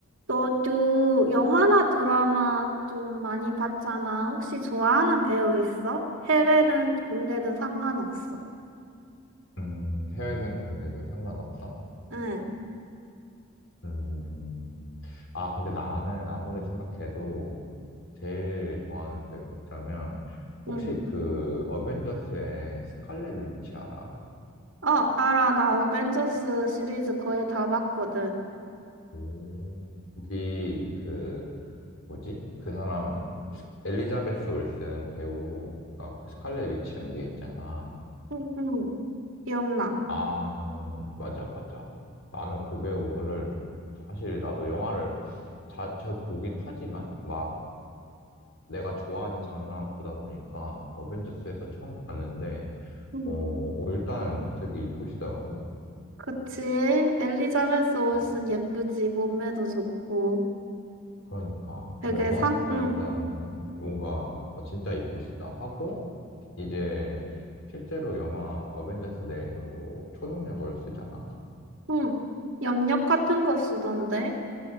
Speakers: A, on the right; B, on the left.
A: 너도 영화나 드라마 좀 많이 봤잖아. 혹시 좋아하는 배우 있어? 해외든 국내든 상관없어.
B: 음, 해외든 국내든 상관없어?
A: 응,
B: 음, 아, 근데 나는 아무리 생각해도 제일 좋아하는 배우 꼽자면,
A: 응.
B: 혹시 그 어벤져스의 스칼렛 위치 알아?
A: 어, 알아. 나 어벤져스 시리즈 거의 다 봤거든.
B: 오, 거기 그, 뭐지? 그 사람, 스- 엘리자베스 올슨 배우가 그 스칼렛 위치 연기했잖아.
A: 응, 응, 기억나.
B: 나는, 맞아, 맞아. 나는 그 배우를, 사실 나도 영화를 자, 주 보긴 하지만, 막, 내가 좋아하는 장르만 보다 보니까 어벤져스에서 처음 봤는데,
A: 응.
B: 어, 어, 일단 되게 이쁘시더라고.
A: 그치? 엘리자베스 올슨
B: 어,
A: 예쁘지. 몸매도 좋고.
B: 그러니까.
A: 되게
B: 그래서
A: 상,
B: 어,
A: 응,
B: 일단은 뭔가 어, 진짜 이쁘시다 하고, 이제 실제로 영화 어벤져스 내에서도 초능력을 쓰잖아.
A: 응. 염력 같은 거 쓰던데?